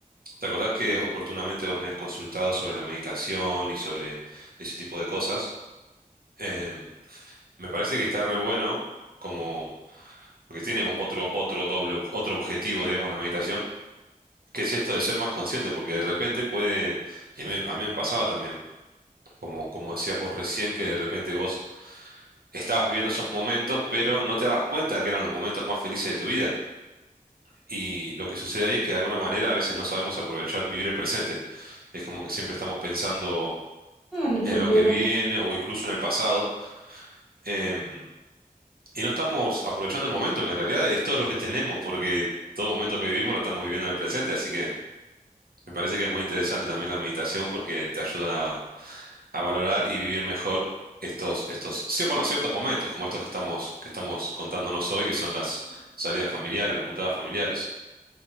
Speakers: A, on the right; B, in the centre.
A: ¿Te acordás que oportunamente vos me habías consultado sobre la meditación y sobre ese tipo de cosas? Em, me parece que está re bueno, como, porque tiene otro, otro doble, otro objetivo, digamos, la meditación, que es esto de ser más consciente, porque de repente puede, y a mí, a mí me pasaba también, como, como decías vos recién, que de repente vos estabas viviendo esos momentos, pero no te dabas cuenta que eran los momentos más felices de tu vida. Y lo que sucede ahí es que de alguna manera a veces no sabemos aprovechar, vivir el presente. Es como que siempre estamos pensando
B: Ah, En el futuro.
A: en lo que viene o incluso en el pasado. em, y no estamos aprovechando el momento, que en realidad es todo lo que <laughs> tenemos, porque todo momento que vivimos lo estamos viviendo en el presente. Así que me parece que es muy interesante también la meditación porque te ayuda a, a valorar y vivir mejor estos, estos, sí, bueno, ciertos momentos como estos que estamos, que estamos contándonos hoy, que son las salidas familiares, las juntadas familiares.